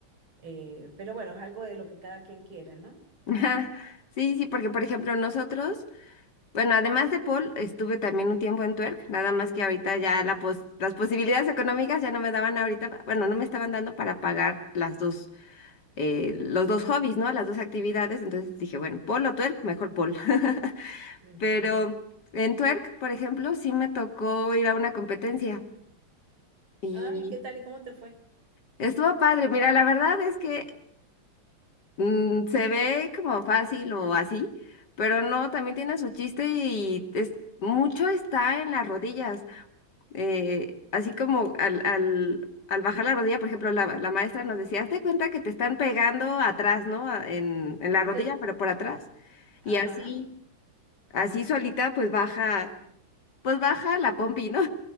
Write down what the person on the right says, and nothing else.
Eh, pero bueno, es algo de lo que cada quien quiere, ¿no?
Ujú.
Ah, ¿y qué tal y cómo te fue?
Sí,
Ajá.